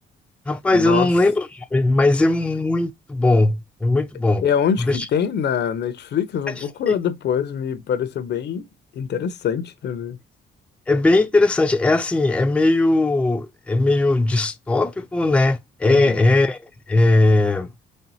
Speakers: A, in the centre; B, on the left.
A: Rapaz,
B: Nossa.
A: eu não lembro o nome, mas é muito bom. É muito bom.
B: É onde
A: Eu vou deixar
B: que tem? Na Netflix? Eu vou procurar
A: aqui.
B: depois. Me pareceu bem interessante também.
A: É bem interessante. É assim, é meio, é meio distópico, né? É,
B: Uhum.
A: é, é,